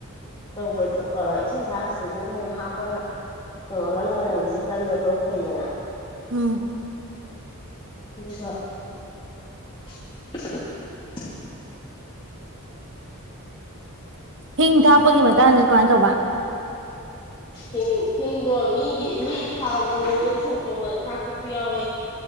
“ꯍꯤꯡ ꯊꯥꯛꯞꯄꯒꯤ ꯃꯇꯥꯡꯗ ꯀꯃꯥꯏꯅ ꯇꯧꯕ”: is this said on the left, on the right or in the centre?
Right